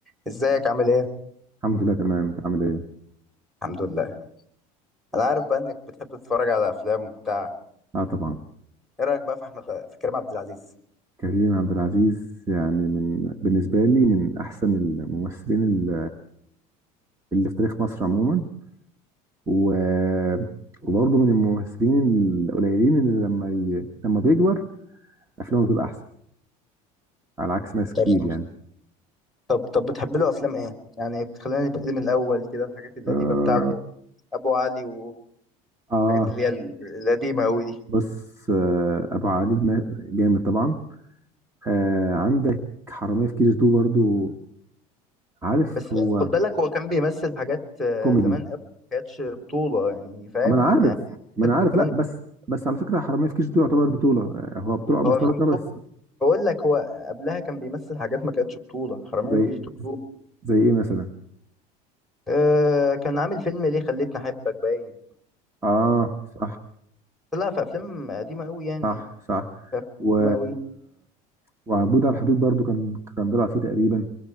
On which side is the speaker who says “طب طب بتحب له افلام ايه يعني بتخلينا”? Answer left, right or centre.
Centre